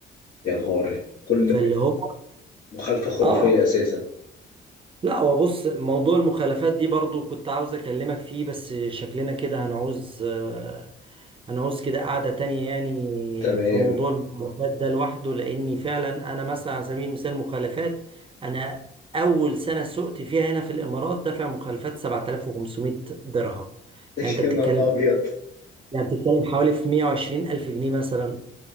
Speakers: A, on the left; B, on the right.
A: يا نهار. كل
B: فاللي هو
A: مخالفه خرافيه
B: اه
A: اساسا
B: لا هو بص موضوع المخالفات دي برضو كنت عاوز اكلمك فيه بس شكلنا كده هنعوز آه، هنعوز كده قعدة تانية يعني
A: تمام
B: في موضوع المخالفات ده لوحده لاني فعلا انا مثلا على سبيل المثال مخالفات انا اول سنة سقت فيها هنا في الامارات دافع مخالفات 7500 درهم
A: <laughs>
B: يعني انت بتتكلم
A: يا نهار ابيض
B: يعني بتتكلم حوالي في 120 الف جنيه مثلا